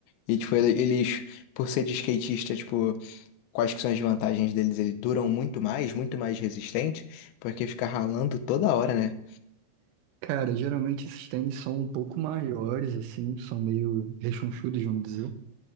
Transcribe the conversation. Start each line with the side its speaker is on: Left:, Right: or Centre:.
Left: E, tipo, ele- eles, por ser de skatista, tipo, quais que são as vantagens deles? Eles duram muito mais, muito mais resistente, porque fica ralando toda hora, né?
Right: Cara, geralmente esses tênis são um pouco maiores, assim, são meio rechonchudos, vamos dizer.